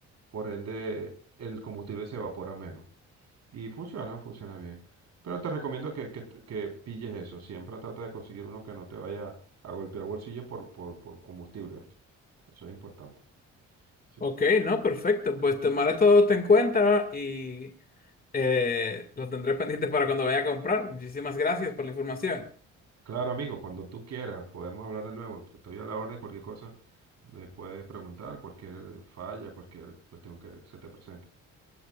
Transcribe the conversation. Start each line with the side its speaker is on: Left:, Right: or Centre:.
Right: por ende el combustible se evapora menos. Y funciona, funciona bien. Pero te recomiendo que, que te- que pilles eso. Siempre trata de conseguir uno que no te vaya a golpear bolsillo por, por, por combustible. ¿oíste? Eso es importante. Sí.
Left: ok, no, perfecto. Pues tomaré todo esto en cuenta y eh, lo tendré <laughs> pendiente para cuando vaya a comprar. Muchísimas gracias por la información.
Right: Claro, amigo, cuando tú quieras, podemos hablar de nuevo. Estoy a la orden, cualquier cosa me puedes preguntar, cualquier falla, cualquier cuestión que se te presente.